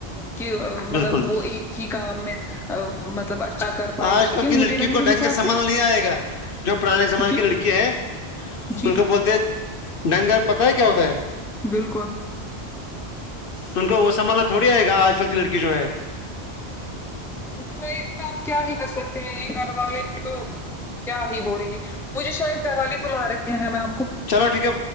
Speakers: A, in the centre; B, on the left (about 60°).
A: کہ
B: بالکل
A: مطلب
B: بھی
A: وہ ایک ہی کام میں مطلب اچھا کر پائے
B: آج
A: ل
B: کل
A: کی مجھے
B: لڑکیوں
A: لگ میرے
B: کو ڈھنگ
A: حساب
B: کر سنبھالنا
A: سے
B: نہیں آئے گا جو پرانے زمانے
A: جی
B: کی لڑکی ہے
A: جی
B: ان کو بولتے ہیں ڈنگر پتہ ہے کیا ہوتا ہے
A: بالکل
B: ان کو وہ سنھالنا تھوڑی آئے گا آج کل کی لڑکی جو ہے
A: ان کو آپ کیا ہی کر سکتے ہیں یہ گھر والے تو کیا آ ہی بولیں گی مجھے شاید درالی بلا رہے ہیں میں آ
B: چلو ٹھیک ہے